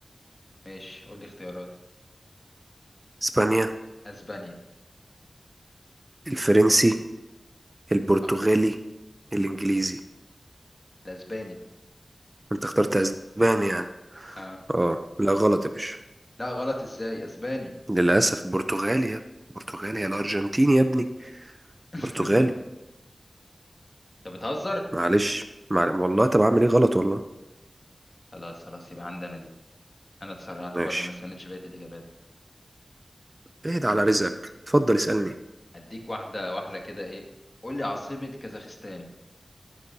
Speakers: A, on the left; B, on the right.
A: ماشي قول لي اختيارات
B: اسبانيا
A: اسبانيا
B: الفرنسي البرتغالي
A: اه
B: الانجليزي
A: ده اسباني
B: انت اخترت اسباني يعني
A: اه
B: اه لا غلط يا باشا
A: لا غلط ازاي اسباني
B: للاسف برتغالي يا ابني برتغالي يا الارجنتيني يا ابني
A: <laughs>
B: برتغالي
A: انت بتهزر
B: معلش معل... والله طب اعمل ايه غلط والله
A: خلاص خلاص يبقى عندنا دي انا اتسرعت
B: ماشي
A: برضو ما استنيتش بقية الاجابات
B: اهدى على رزقك اتفضل اسألني
A: اديك واحدة واحدة كده ايه قول لي عاصمة كازاخستان